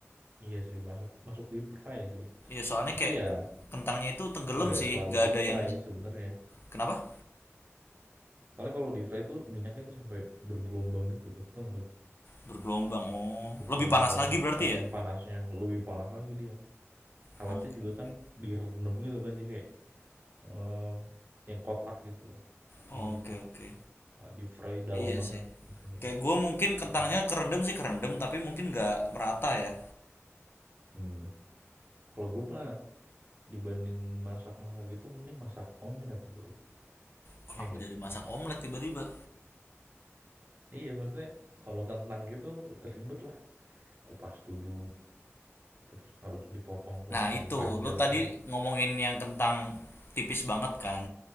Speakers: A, on the right; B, on the left.
A: Iya sih, masuk masuk deep fry sih.
B: iya soalnya
A: Tapi
B: kayak
A: ya
B: kentangnya itu tenggelam
A: nggak
B: sih
A: terlalu
B: gak
A: deep
B: ada
A: fry
B: yang
A: sebenarnya.
B: kenapa
A: Soalnya kalau deep fry itu minyaknya tuh sampai bergelombang gitu loh, tau nggak lu?
B: bergelombang oh
A: Bergelombang
B: lebih panas lagi berarti
A: saking
B: ya
A: panasnya, lebih panas lagi dia. Alatnya
B: oke
A: juga
B: oke
A: kan direndam gitu kan, jadi kayak eee, yang kotak gitu loh,
B: Oke
A: ditaruh.
B: oke.
A: Wah, deep fry dalam
B: Iya
A: banget
B: sih.
A: itunya,
B: Kayak gue mungkin kentangnya
A: Mm-hmm.
B: kerendam sih kerendam tapi mungkin nggak merata ya.
A: hmm mhm. Kalau gue mah dibanding masak mahal gitu mending masak omelet bro
B: Kenapa
A: Iya, enggak
B: jadi masak omelet tiba-tiba?
A: iya maksudnya kalau kentang gitu ribet lah kupas dulu terus harus dipotong-potong
B: Nah itu
A: panjang
B: lo tadi
A: kan
B: ngomongin yang kentang tipis banget kan.